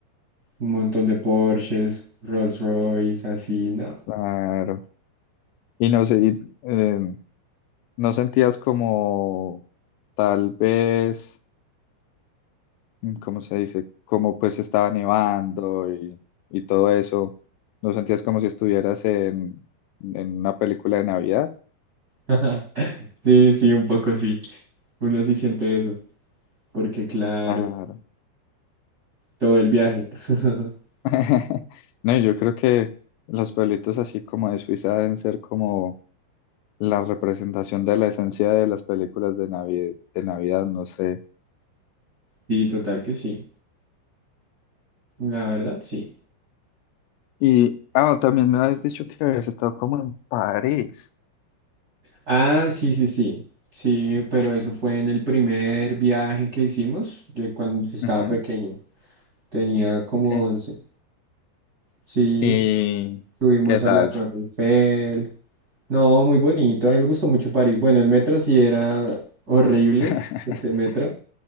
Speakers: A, on the right; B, on the left.
A: Un montón de Porsches, Rolls Royce, así, no.
B: Claro. Y no sé, y, eh, ¿no sentías como tal vez, mm, ¿cómo se dice? Como pues estaba nevando y, y todo eso. ¿No sentías como si estuvieras en, en una película de Navidad?
A: <laughs> Sí, sí, un poco sí. Uno sí siente eso, porque claro,
B: Claro.
A: todo el viaje. <laughs>
B: <laughs> No, yo creo que los pueblitos así como de Suiza deben ser como la representación de la esencia de las películas de Navidad, de Navidad, no sé.
A: Sí, total que sí. La verdad, sí.
B: Y, ah, también me habías dicho que habías estado como en París.
A: Ah, sí, sí, sí. Sí, pero eso fue en el primer viaje que hicimos, yo cuando estaba
B: Ujú,
A: pequeño. Tenía como
B: ok.
A: 11, Sí,
B: ¿Y
A: subimos
B: qué tal?
A: a la Torre Eiffel. No, muy bonito. A mí me gustó mucho París. Bueno, el metro sí era horrible,
B: <laughs>
A: <laughs> ese metro.